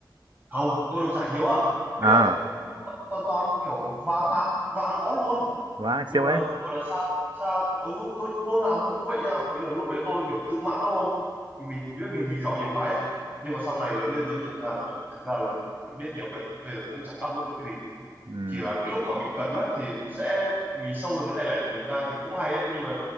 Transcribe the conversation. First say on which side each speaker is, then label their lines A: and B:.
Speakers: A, on the right (about 25°); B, on the right (about 80°).
A: không tôi được giải nhiều á ý
B: à
A: là nhưng mà toàn toàn kiểu vàng bạc vàng có luôn
B: vãi siêu
A: nhưng mà gọi
B: đấy
A: là xa xa ừ tôi môn nào cũng cũng vậy nha ý là lúc đấy tôi kiểu tự mãn lắm không thì mình biết mình mình giỏi nhiều cái ấy. nhưng mà sau này lớn lên tôi mới nhận ra là ờ, thực ra là mình biết nhiều vậy bây giờ cũng chẳng áp dụng được cái gì
B: ừ
A: chỉ là cái lúc mà mình cần á thì sẽ mình sâu được cái tài lẻ của mình ra thì cũng hay đấy nhưng mà